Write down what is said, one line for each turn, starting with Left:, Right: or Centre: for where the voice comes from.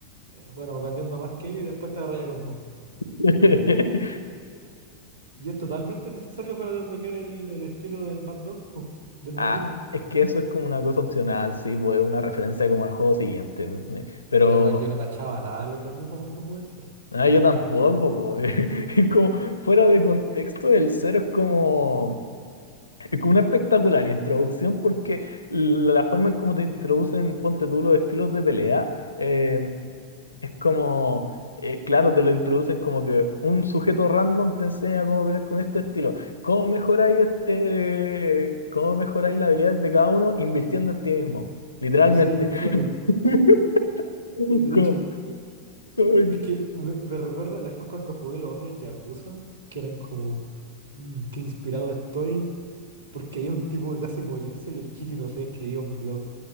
Right: Eh, bueno, vendiendo más que ellos y después te agarráis a combo.
Left: <laughs>
Right: Y es totalmente necesario para desbloquear el, el estilo del Mad Dog, po, del
Left: Ah,
Right: Majima.
Left: es que eso es como una cosa opcional, sí, pues es una referencia como al juego siguiente. Pero...
Right: Sí, igual yo no cachaba nada de los Yakuza cuando jugué el cero.
Left: Ah, yo tampoco, pues. <laughs> Es como, fuera de contexto, el cero es como, es como una espectacular introducción porque la, la forma en cómo te introducen, ponte tú, los estilos de pelea, eh, es como, eh, claro, te lo introducen como que un sujeto random te enseña cómo pelear con este estilo. ¿Cómo mejoráis este, cómo mejoráis las habilidades de cada uno invirtiendo en ti mismo? Literalmente.
Right: Sí, con plata.
Left: <laughs> Como-
Right: De
Left: como
Right: hecho,
Left: que-
Right: es que me, me recuerda después cuando jugué los otros Yakuza, que eran como, "Mm, qué inspirado estoy, porque había un tipo que casi morirse y el Kiryu no sé, escribía un blog.